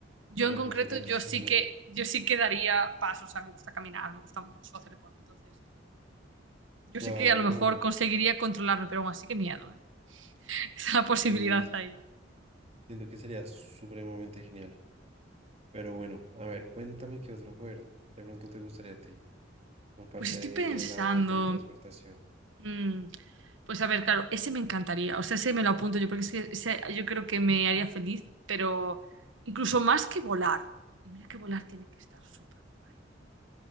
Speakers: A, on the right; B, on the right.
A: Yo
B: Bueno,
A: en concreto,
B: eso también
A: yo
B: es
A: sí
B: verdad.
A: que,
B: <laughs>
A: yo sí que daría pasos, o sea, me gusta caminar, me gusta mucho hacer deporte, entonces yo
B: Claro,
A: sé que a lo mejor conseguiría controlarme, pero aún así que miedo, ¿eh? <laughs> esa posibilidad
B: sí, no,
A: ahí.
B: siento que sería supremamente genial. Pero bueno, a ver, cuéntame qué otro juego de pronto te gustaría a ti, aparte
A: Pues estoy
B: de,
A: pensando.
B: de la teletransportación.
A: mm, pues a ver, claro, ese me encantaría. O sea, ese me lo apunto yo, porque es que ese yo creo que me haría feliz, pero incluso más que volar. Y mira que volar tiene que estar súper guay.